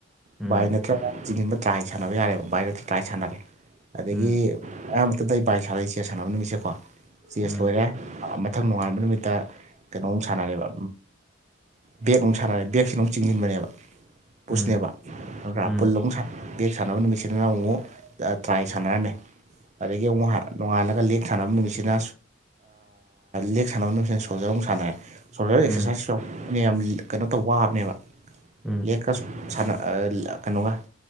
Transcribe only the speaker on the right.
ꯕꯥꯏ ꯅꯠꯇ꯭ꯔꯒ ꯆꯤꯡꯁꯤꯟꯕ ꯇ꯭ꯔꯥꯏ ꯁꯥꯟꯅꯕ ꯌꯥꯔꯦꯕ ꯕꯥꯏꯔ ꯇ꯭ꯔꯥꯏ ꯁꯥꯟꯅꯔꯦ ꯑꯗꯒꯤ
ꯑꯌꯥꯝ <unintelligible> ꯆꯦꯁ ꯁꯥꯟꯅꯕ ꯅꯨꯃꯤꯠꯁꯦꯀꯣ ꯆꯦꯁ
ꯂꯣꯏꯔꯦ ꯃꯊꯪ ꯅꯣꯉꯥꯟꯕ ꯅꯨꯃꯤꯠꯇ ꯀꯩꯅꯣꯝ ꯁꯥꯟꯅꯔꯦꯕ ꯕꯦꯛ ꯑꯃꯨꯛ ꯁꯥꯟꯅꯔꯦ ꯕꯦ ꯐꯤꯅꯨꯡ ꯆꯤꯡꯁꯤꯟꯕꯅꯦꯕ ꯄꯨꯁꯅꯦꯕ
ꯑꯗꯨꯒ
ꯄꯨꯜꯂꯅꯨꯡ ꯕꯦꯛ ꯁꯥꯟꯅꯕ ꯅꯨꯃꯤꯠꯁꯤꯗꯅ ꯑꯃꯨꯛ ꯇ꯭ꯔꯥꯏ ꯁꯥꯟꯅꯔꯝꯃꯦ ꯑꯗꯒꯤ ꯑꯃꯨꯛ ꯅꯣꯡꯉꯥꯜꯂꯒ ꯂꯦꯛ ꯊꯥꯅꯕ ꯅꯨꯃꯤꯠꯁꯤꯅ ꯂꯦꯛ ꯁꯥꯟꯅꯕ ꯅꯨꯃꯤꯁꯤꯅ ꯁꯣꯜꯖꯔ ꯑꯃꯨꯛ ꯁꯥꯟꯅꯔꯦ ꯁꯣꯗꯔ
ꯑꯦꯛꯁꯔꯁꯥꯏꯁꯁꯨ ꯌꯥꯝ ꯀꯩꯅꯣ ꯇꯧ ꯋꯥꯕꯅꯦꯕ
ꯂꯦꯛꯀꯁꯨ ꯁꯥꯟꯅ <unintelligible> ꯀꯩꯅꯣꯒ